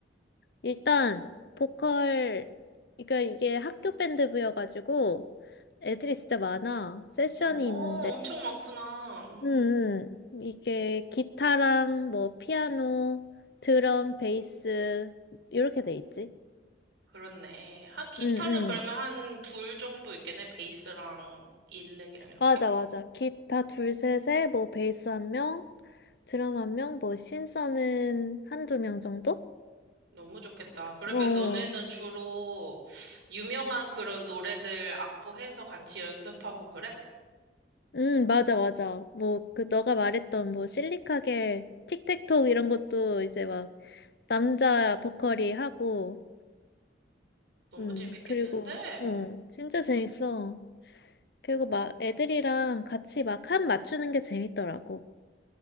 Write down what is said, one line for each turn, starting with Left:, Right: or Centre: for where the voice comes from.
Left: 일단, 보컬, 그러니까 이게 학교 밴드부여가지고, 애들이 진짜 많아. 세션이
Right: 어,
Left: 있는데,
Right: 엄청 많구나. 음,
Left: 응, 응. 이게 기타랑 뭐, 피아노, 드럼, 베이스, 이렇게 돼 있지.
Right: 그렇네. 한, 기타는
Left: 응, 응.
Right: 그러면 한 둘 정도 있겠네. 베이스랑 일렉이랑 이렇게?
Left: 맞아, 맞아. 기타 둘, 셋에 뭐 베이스 한 명, 드럼 한 명, 뭐 신서는 한두 명 정도?
Right: 너무 좋겠다. 그러면
Left: 어,
Right: 너네는 주로 유명한 그런 노래들 악보해서 같이 연습하고 그래?
Left: 음, 맞아, 맞아. 뭐 그 너가 말했던 뭐 실리카겔, 틱택톡 이런 것도 이제 막 남자 보컬이 하고,
Right: 너무
Left: 음,
Right: 재밌겠는데?
Left: 그리고 어, 진짜 재밌어. 그리고 막 애들이랑 같이 막 한 맞추는 게 재밌더라고.